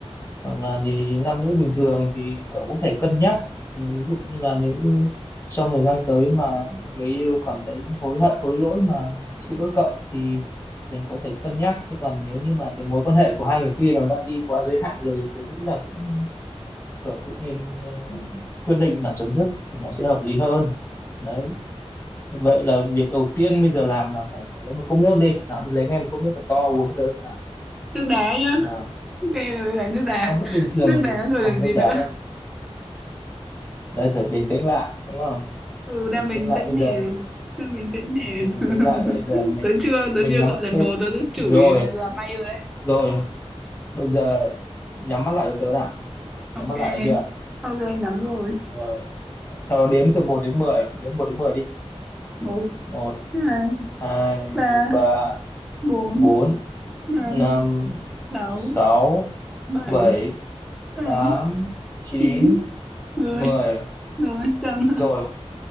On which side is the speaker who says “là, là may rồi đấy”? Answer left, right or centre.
Centre